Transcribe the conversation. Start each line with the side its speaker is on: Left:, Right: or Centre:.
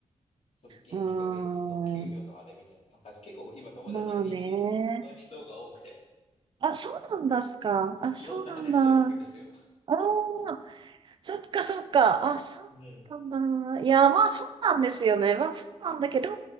Left: 側近2ヶ月の給料のあれみたいな。
Right: うーん、
Left: なんか結構今友達に妊娠の人が多くて、
Right: まあね。あ、そうなんですか。あ、
Left: いろんな話を聞くんですよ。
Right: そうなんだ。ああ、そっかそっか。あ、そうだったんだ。
Left: うん。
Right: いや、まあそうなんですよね。まあそうなんだけど、